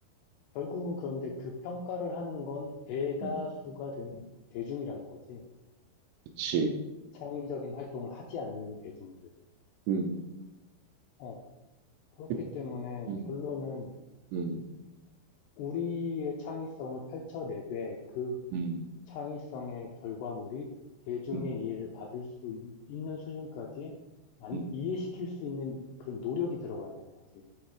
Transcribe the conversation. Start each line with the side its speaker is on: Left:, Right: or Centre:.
Left: 결국은 그런데 그 평가를 하는 건 대다수가
Right: 음,
Left: 되는 대중이라는 거지.
Right: 그치,
Left: 창의적인 활동을 하지 않는 대중들.
Right: 음,
Left: 어, 그렇기
Right: 그-
Left: 때문에
Right: 음,
Left: 결론은
Right: 음,
Left: 우리의 창의성을 펼쳐내되 그
Right: 음,
Left: 창의성의 결과물이 대중의
Right: 음,
Left: 이해를 받을 수 있, 있는 수준까지 만-
Right: 음,
Left: 이해시킬 수 있는 그런 노력이 들어가야 되는 거지.